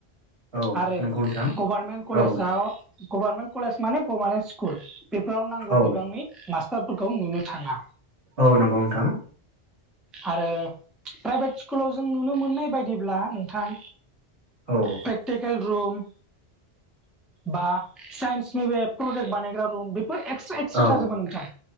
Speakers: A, on the right; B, in the centre.
A: औ
B: आरो
A: नंगौ नोंथां
B: गभारमेन्ट कलेजाव
A: औ
B: गभारमेन्ट कलेज माने गभारनमेन्ट स्कुल बेफोराव नांगौ
A: औ
B: बिबांनि मास्टारफोरखौ नुनो थाङा।
A: औ नंगौ नोंथां
B: आरो प्राइभेट स्कुलाव जों नुनो मोननाय बायदिब्ला नोंथां
A: औ
B: प्रेक्टिकेल रुम बा साइन्सनि बे प्रजेक्ट बानायग्रा रुम बेफोर एक्सट्रा एक्सट्रा
A: औ
B: थाजोबो नोंथां